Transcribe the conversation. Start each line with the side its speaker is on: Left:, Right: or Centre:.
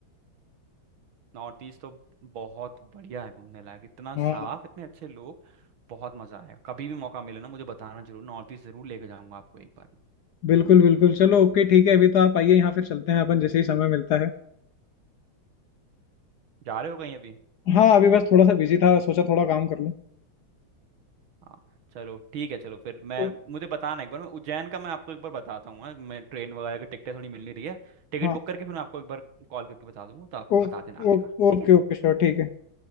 Right: नॉर्थ ईस्ट तो बहुत बढ़िया है घूमने लायक इतना
Left: हाँ
Right: साफ इतने अच्छे लोग बहुत मजा आएगा कभी भी मौका मिले ना मुझे बताना जरूर नॉर्थ ईस्ट जरूर लेके जाऊंगा आपको एक बार
Left: बिल्कुल बिल्कुल चलो ओके ठीक है अभी तो आप आइए यहाँ फिर चलते हैं अपन जैसे ही समय मिलता है
Right: जा रहे हो कहीं अभी
Left: हाँ अभी बस थोड़ा सा बिजी था सोचा थोड़ा काम कर लूँ
Right: हाँ चलो ठीक है चलो फिर मैं
Left: ओ,
Right: मुझे बताना एक बार मैं उज्जैन का मैं आपको एक बार बताता हूँ हाँ, मैं ट्रेन वगैरह की टिकटें थोड़ी मिल नहीं रही है टिकट
Left: हाँ
Right: बुक करके फिर मैं आपको एक बार कॉल करके बता दूंगा तो आप
Left: ओ,
Right: बता देना आगे
Left: ओ,
Right: का
Left: ओके
Right: ठीक है
Left: ओके श्योर ठीक है